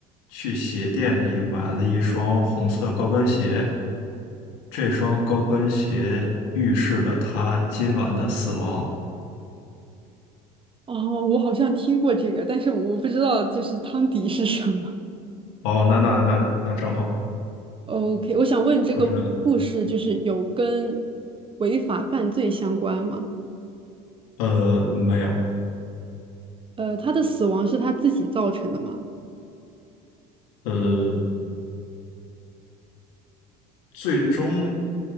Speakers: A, on the left (about 75°); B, on the right (about 25°).
A: 去鞋店里买了一双红色高跟鞋，这双高跟鞋预示了她今晚的死亡。
B: 哦，我好像听过这个，但是我不知道就是汤底是什么。
A: 哦，那那那那正好，
B: OK，我想问这个故事就是有跟
A: 不知道。
B: 违法犯罪相关吗？
A: 呃，没有，
B: 呃，他的死亡是他自己造成的吗？
A: 呃，最终